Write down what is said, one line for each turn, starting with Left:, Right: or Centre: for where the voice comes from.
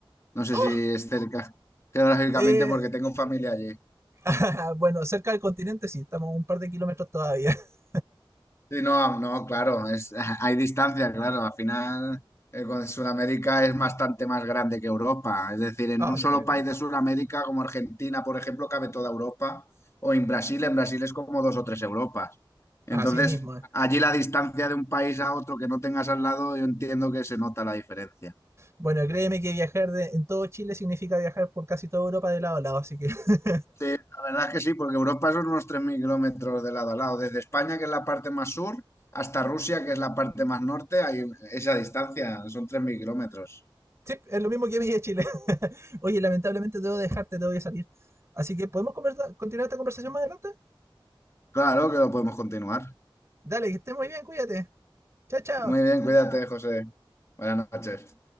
Left: no sé
Right: ¡Oh!
Left: si es cerca geográficamente
Right: Eh,
Left: porque tengo familia allí.
Right: <laughs> bueno, cerca del continente sí, estamos un par de kilómetros todavía. <laughs>
Left: Sí, no, no, claro, es, <laughs> hay distancia, claro. Al final, eh, con Sudamérica es bastante más grande que Europa. Es decir, en
Right: Ah,
Left: un
Right: definitivamente.
Left: solo país de Sudamérica, como Argentina, por ejemplo, cabe toda Europa. O en Brasil, en Brasil es como dos o tres Europas. Entonces,
Right: Así mismo. eh.
Left: allí la distancia de un país a otro que no tengas al lado, yo entiendo que se nota la diferencia.
Right: Bueno, créeme que viajar de- en todo Chile significa viajar por casi toda Europa de lado a lado, así que <laughs>
Left: Sí, la verdad es que sí, porque Europa son unos 3.000 kilómetros de lado a lado. Desde España, que es la parte más sur, hasta Rusia, que es la parte más norte, hay esa distancia, son 3.000 kilómetros.
Right: sí, es lo mismo que mí de Chile. <laughs> Oye, lamentablemente debo dejarte, tengo que salir. Así que, ¿podemos conversa- continuar esta conversación más adelante?
Left: Claro que lo podemos continuar.
Right: Dale, que estés muy bien, cuídate. Chao, chao.
Left: Muy bien, cuídate, José. Buenas noches.